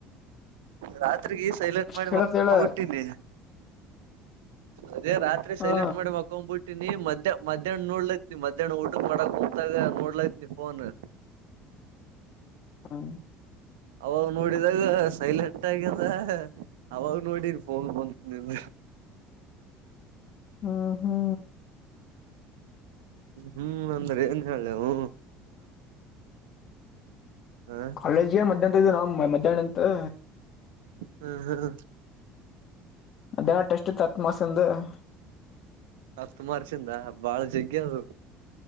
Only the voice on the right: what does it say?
ರಾತ್ರಿರಿಗೆ ಸೈಲೆಂಟ್ ಮಾಡಿಬಟ್ಟಿನಿ
ಅದೇ ರಾತ್ರಿ
ಸೈಲೆಂಟ್ ಮಾಡಿ ಮ್ಕೊಂಡ್ಬ ಬಿಟ್ಟಿನಿ ಮ್ಯಾಹ ಮ್ಯಾಹ್ ನೋಡ್ಲೈತ್ ನೀ ಮ್ಯಾಹ್ ಊಟ ಮಾಡಕ ಕುೂಂತಾಗ ನೋಡ್ಲೈತ್ ಇಲ್ಲಿಫೋನು
ಅವಾಗ ನೋಡಿದಾಗ ಸೈಲೆಂಟ್ ಆಗ್ಯದ ಅವಾಗ ನೋಡ ಫೋನ್ ಬಂತ ನಿಮ
ಹ್ಮ ಹ್ಮ್ ಅಂದ್ರೆ ಏನ್ ಹೇಳೆವು ಹ
ಹ ಹ <inaudible>
ಹತ್ತು ಮಾರ್ಸಿಂದ ಬಾಳ ಜಗ್ಗ ಅದೇ ಅದು. <inaudible>